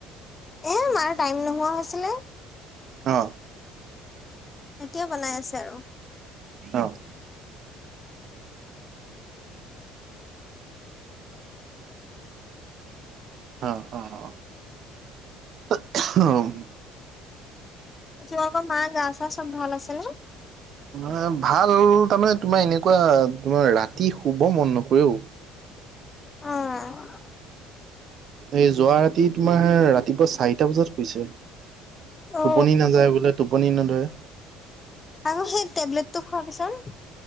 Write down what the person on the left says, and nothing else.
এ মাৰ টাইম নোহোৱা হৈছিলে
এতিয়া বনাই আছে আৰু
তোমালোকৰ মাৰ গা চা চব ভাল আছে নে
অহ
অ
আৰু সেই টেবলেট টো খুৱাৰ পিছত